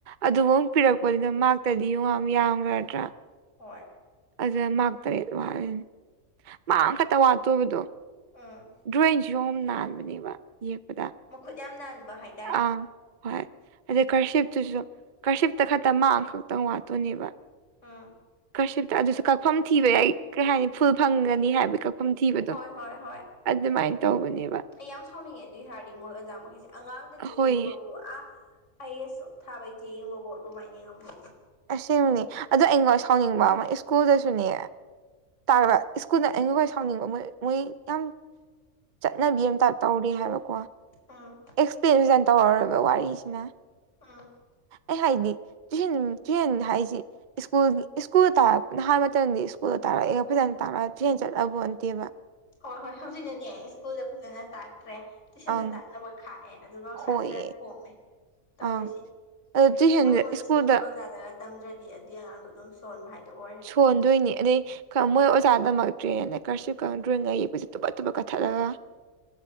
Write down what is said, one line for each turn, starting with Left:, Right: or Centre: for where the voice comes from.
Right: ꯑꯗꯨꯕꯨ ꯑꯃ ꯄꯤꯔꯛꯄꯗꯨꯅ ꯃꯥꯛꯇꯗꯤ ꯌꯨꯉꯥ ꯌꯥꯝꯒꯗ꯭ꯔꯥ
Left: ꯍꯣꯏ
Right: ꯑꯖ ꯃꯥꯔ ꯇꯔꯦꯠ ꯋꯥꯂꯤꯦꯅꯤ ꯃꯥ ꯑꯃꯈꯛꯇ ꯋꯥꯠꯇꯣꯏꯕꯗꯣ
Left: ꯑꯥ
Right: ꯗ꯭ꯔꯣꯋꯤꯡꯁꯨ ꯑꯃ ꯅꯥꯟꯕꯅꯦꯕ ꯌꯦꯛꯄꯗ
Left: ꯃꯈꯨꯠ ꯌꯥꯝ ꯅꯥꯟꯕ ꯍꯥꯏꯦ
Right: ꯑꯥ ꯍꯣꯏ ꯑꯗꯨꯗꯩ ꯀꯔꯁꯤꯞꯇꯨꯁꯨ ꯀꯔꯁꯤꯞꯇ ꯈꯛꯇ ꯃꯥꯥꯡ ꯈꯛꯇꯪ ꯋꯥꯠꯇꯣꯏꯅꯦꯕ
Left: ꯎꯝ
Right: ꯀꯁꯤꯞꯇ ꯑꯗꯨꯁꯨ ꯀꯛꯐꯝ ꯊꯤꯕ ꯌꯥꯏ ꯀꯔꯤ ꯍꯥꯏꯅꯤ ꯐꯨꯜ ꯐꯪꯒꯅꯤ ꯍꯥꯏꯕ ꯐꯝꯊꯤꯕꯗꯣ
Left: ꯍꯣꯏ ꯍꯣꯏ ꯍꯣꯏ
Right: ꯑꯗꯨꯃꯥꯏꯅ ꯇꯧꯕꯅꯦꯕ
Left: ꯑꯩ ꯌꯥꯝ ꯁꯥꯎꯅꯤꯡꯉꯦ ꯑꯗꯨꯏ ꯍꯥꯏꯔꯗꯤ ꯃꯣꯏ ꯑꯣꯖꯥ ꯃꯈꯩꯁꯦ ꯑꯉꯥꯡꯗ ꯆꯦ
Right: ꯍꯣꯏꯌꯦ
Left: ꯌꯦꯡꯕꯕꯨ ꯑꯥ ꯑꯩ ꯑꯁ ꯊꯥꯕꯩꯆꯦ ꯌꯦꯡꯕꯀꯣ ꯑꯗꯨꯃꯥꯏꯅ ꯌꯦꯡꯉꯝꯃ
Right: ꯑꯕꯅꯤ ꯑꯗꯣ ꯑꯩꯉꯣꯟ ꯁꯥꯎꯅꯤꯡꯕ ꯑꯃ ꯁ꯭ꯀꯨꯜꯗꯁꯨꯅꯦ ꯇꯥ ꯁ꯭ꯀꯨꯜꯗ ꯑꯩꯅ ꯈꯣꯏ ꯁꯥꯎꯅꯤꯡꯕ ꯃꯣꯏ ꯃꯣꯏ ꯌꯥꯝ ꯆꯠꯅꯕꯤ ꯑꯃꯝꯇ ꯇꯧꯔꯤ ꯍꯥꯏꯕꯀꯣ
Left: ꯑꯥ
Right: ꯑꯦꯛꯁꯄ꯭ꯂꯦꯟꯖꯦꯟ ꯇꯧꯔꯔꯣꯏꯕ ꯋꯥꯔꯤꯁꯤꯅ
Left: ꯑꯥ
Right: ꯑꯩ ꯍꯥꯏꯅꯤ ꯇꯨꯦꯟ ꯇꯨꯍꯦꯟ ꯍꯥꯏꯁꯤ ꯁ꯭ꯀꯨꯜ ꯁ꯭ꯀꯨꯜ ꯇꯥꯔꯛꯄꯅ ꯍꯥꯏꯕ ꯃꯇꯝꯗ ꯁ꯭ꯀꯨꯜꯗ ꯇꯥꯔꯛꯑꯒ ꯐꯖꯅ ꯇꯥꯔꯛꯑꯒ ꯇ꯭ꯔꯦꯟ ꯆꯠꯂꯕꯇꯦꯕ
Left: ꯍꯣꯏ ꯍꯣꯏ ꯍꯧꯖꯤꯛꯅꯅꯦ ꯁ꯭ꯀꯨꯜꯗ ꯐꯖꯅ ꯇꯥꯛꯇ꯭ꯔꯦ ꯇꯨꯏꯁꯟꯗ
Right: ꯑꯪ
Left: ꯇꯥꯛꯅꯕ ꯈꯥꯛꯑꯦ ꯑꯗꯨꯒꯥꯎ ꯁꯥꯇ꯭ꯔ
Right: ꯍꯣꯏꯌꯦ
Left: ꯈꯣꯝꯃꯦ ꯇꯧꯔꯤꯁꯤ
Right: ꯑꯪ ꯑꯗꯣ ꯇꯨꯏꯁꯟꯁꯦ
Left: ꯃꯣꯏ ꯃꯣꯏ
Right: ꯁ꯭ꯀꯨꯜꯗ
Left: ꯁ꯭ꯀꯨꯜꯒꯤꯖꯥ ꯒ ꯇꯝꯗ꯭ꯔꯗꯤ ꯑꯗꯨꯗꯤ ꯑꯉꯥꯡꯗꯣ ꯑꯗꯨꯝ ꯁꯣꯟꯕ ꯍꯥꯏꯗꯣ ꯑꯣꯏꯔ
Right: ꯊꯣꯟꯗꯣꯏꯅꯦ ꯑꯗꯩ ꯈꯥ ꯃꯣꯏ ꯑꯣꯖꯥꯅ ꯇꯥꯝꯃꯛꯇ꯭ꯔꯦꯅꯦ ꯀꯥꯔꯁꯤꯞꯒ ꯗꯔꯣꯌꯤꯡꯒ ꯌꯦꯛꯄꯁꯦ ꯇꯨꯄꯥꯠ ꯇꯨꯄꯥꯠ ꯀꯥꯛꯊꯠꯂꯒ